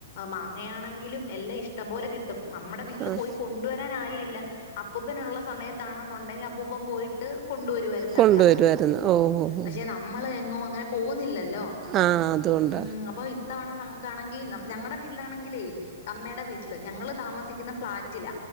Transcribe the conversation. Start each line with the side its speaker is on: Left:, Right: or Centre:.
Left: മാങ്ങയാണെങ്കിലും എല്ലാം ഇഷ്ടം പോലെ കിട്ടും. നമ്മുടെ വീട്ടിൽ
Right: ആഹ്
Left: പോയി കൊണ്ടുവര എത്താൻ ആരുമില്ല. അപ്പൂപ്പനുള്ള സമയത്താണ് വേണന്നുണ്ടെങ്കിൽ അപ്പൂപ്പൻ പോയി കൊണ്ടുവരുവായിര്ന്നു
Right: കൊണ്ടുവരുമായിരുന്നു
Left: ചക്ക.
Right: ഓ ഓ ഓ
Left: പക്ഷെ നമ്മള് എങ്ങും അങ്ങനെ പോവുന്നില്ലല് ല്ലോ
Right: ആഹ് അതുകൊണ്ടാ
Left: ഉം അപ്പം ഇത്തവണ നമ്മ കാണെങ്കിൽ ഞങ്ങടെ വീട്ടിലാണെങ്കിലേ അമ്മയിടെ വീട്ടില് ഞങ്ങള് താമസ് രിക്ക്ന്ന ഫ്ളാറ്റില